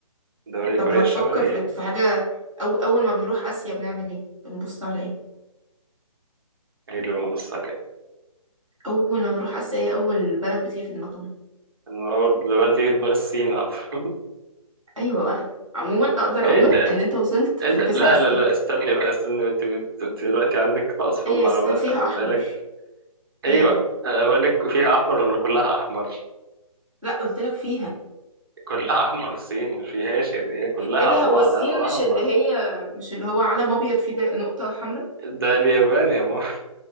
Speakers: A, on the right; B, in the centre.
A: الدولة دي
B: طب
A: كوريا
B: ما
A: الشمالية
B: تفكر في في حاجة أو أول ما بنروح آسيا بنعمل إيه؟ بنبص على إيه؟
A: ايه اللي بنبص عليه
B: أول ما بنروح آسيا إيه أول بلد بتيجي في دماغنا؟
A: انا اول دلوقتي يجي في دماغي الصين على طول.
B: أيوة بقى عموما أقدر
A: <laughs> ايه
B: أقول
A: ده
B: إن أنت وصلت في
A: ايه ده
B: تسع
A: لا
B: أسئلة
A: لا لا استني بقى استني انت بت- أنت دلوقتي عندك اصفى
B: إيه
A: معلومات
B: الصين فيها
A: خلي بالك
B: أحمر؟
A: ايوه
B: إيه؟
A: انا بقول لك فيها احمر ولا كلها احمر
B: لا قلت لك فيها
A: كلها احمر الصين ما فيهاش يعني هي كلها
B: إيه
A: على
B: ده هو
A: بعض
B: الصين
A: على
B: مش
A: احمر
B: اللي هي مش اللي هو علم أبيض فيه ده نقطة حمراء؟
A: ده اليابان يا ماما